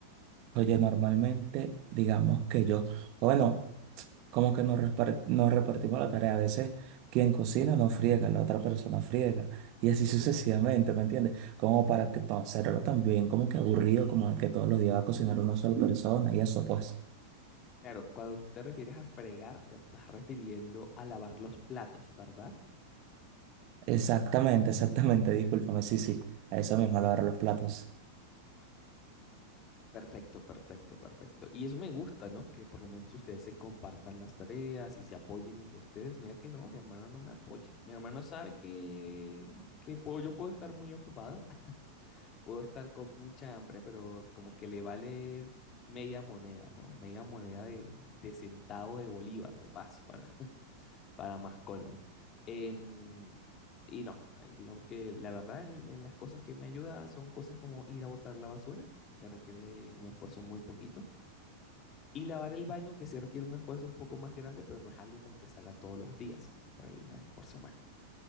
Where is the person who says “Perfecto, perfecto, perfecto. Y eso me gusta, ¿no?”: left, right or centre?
Left